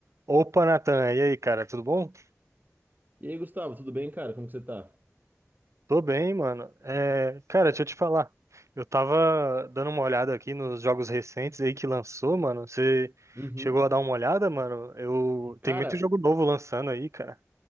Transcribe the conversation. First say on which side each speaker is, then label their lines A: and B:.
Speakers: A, on the right (about 65°); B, on the right (about 35°).
A: Opa, Natan, e aí, cara, tudo bom?
B: E aí, Gustavo, tudo bem, cara? Como que você tá?
A: Tô bem, mano. É, cara, deixa eu te falar. Eu tava dando uma olhada aqui nos jogos recentes aí que lançou, mano. Você
B: Uhum.
A: chegou a dar uma olhada, mano? Eu tem
B: Cara,
A: muito jogo novo lançando aí, cara.